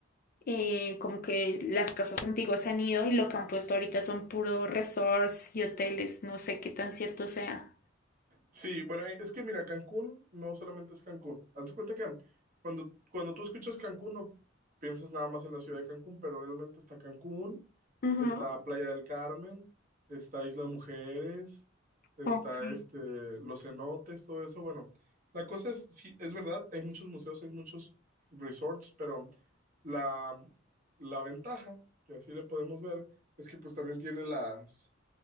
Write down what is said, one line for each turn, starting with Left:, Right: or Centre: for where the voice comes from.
Left: Eh, como que las casas antiguas se han ido y lo que han puesto ahorita son puros resorts y hoteles, no sé qué tan cierto sea.
Right: Sí, bueno, eh, es que mira, Cancún no solamente es Cancún. Hazte cuenta que cuando, cuando tú escuchas Cancún no piensas nada más en la ciudad de Cancún, pero realmente está Cancún,
Left: Ujú.
Right: está Playa del Carmen, está Isla Mujeres, está
Left: Ok.
Right: este, los cenotes, todo eso. Bueno, la cosa es, sí, es verdad, hay muchos museos, hay muchos resorts, pero la, la ventaja, que así le podemos ver, es que pues también tiene las,